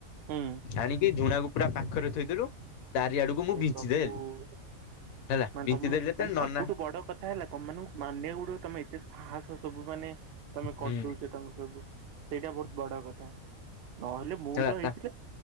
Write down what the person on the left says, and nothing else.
ଆଣିକି ଝୁଣାକୁୁ ପୁରା ପାଖରେ ଥୋଇଥିଲୁ ତାରି ଆଡକୁ ମୁଁ
ବିଞ୍ଚିଦଲି
ହେଲା
ବିଞ୍ଚିଦଲି
ଯେତେ
ନନା
ହୁଁ
ହେଲା
ତା